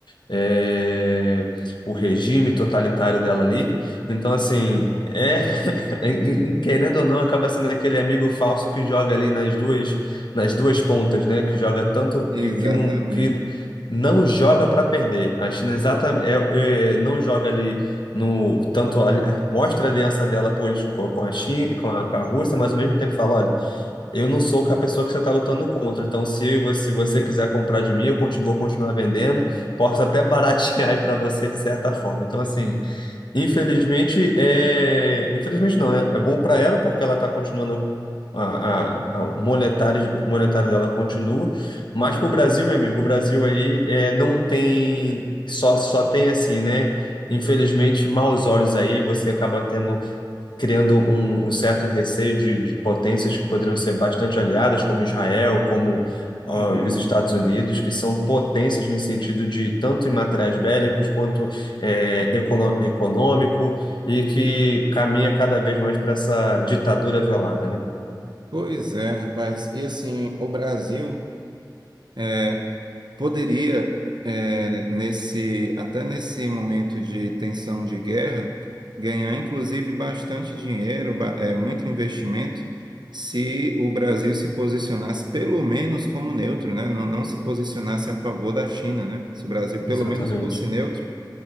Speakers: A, on the left (about 70°); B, on the right (about 65°).
A: é, o regime totalitário dela ali. Então, assim, é, <laughs> em- em- querendo ou não, acaba sendo aquele amigo falso que joga ali nas duas, nas duas pontas, né? Que joga tanto
B: exatamente.
A: que, que não que não joga para perder. A China exatamente é, é, não joga ali no tanto ali- mostra a aliança dela pô, eles co- com a China, com a, com a Rússia, mas ao mesmo tempo fala, olha eu não sou a pessoa que você está lutando contra. Então, se você, se você quiser comprar de mim, eu continuo, vou continuar vendendo. Posso até baratear <laughs> aí para você de certa forma. Então, assim, infelizmente, é... infelizmente não, né? É bom para ela porque ela está continuando a, a, a- o monetário, o monetário dela continua. Mas para o Brasil, meu amigo, o Brasil aí é, não tem só só tem assim, né? Infelizmente, maus olhos aí. Você acaba tendo criando um, um certo receio de, de potências que poderiam ser bastante aliadas, como Israel, como ah,
B: Sim.
A: os Estados Unidos, que são potências no sentido de tanto em materiais bélicos quanto eh, econo- econômico, e que caminha cada vez mais para essa ditadura velada, né?
B: Pois é, rapaz. E assim, o Brasil é, poderia eh, nesse até nesse momento de tensão de guerra ganhar inclusive bastante dinheiro, ba- eh, muito investimento, se o Brasil se posicionasse pelo menos como neutro, né? Não, não se posicionasse a favor da China, né? Se o Brasil pelo
A: Exatamente.
B: menos fosse neutro,